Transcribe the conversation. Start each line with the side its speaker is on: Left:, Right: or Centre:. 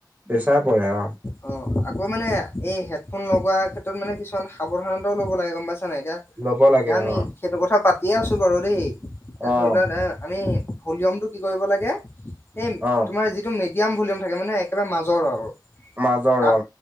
Right: প্ৰেচাৰ পৰে অ।
Left: অ আকৌ মানে এই হেডফোন লগোৱাৰ ক্ষেত্ৰত মানে কিছুমান সাৱধানতাও লব লাগে গম পাইছানাই নাই এতিয়া
Right: ল'ব লাগে
Left: এতিয়া আমি
Right: অ।
Left: সেইটো কথা পাতিয়ে আছো বাৰু দেই এতিয়া
Right: অ',
Left: ধৰি লোৱা এ আমি ভলিউমটো কি কৰিব লাগে এই
Right: অ',
Left: তোমাৰ যিটো মিডিয়াম ভলিউম থাকে মানে একেবাৰে মাজৰ আৰু
Right: মাজৰ
Left: তাত
Right: অ।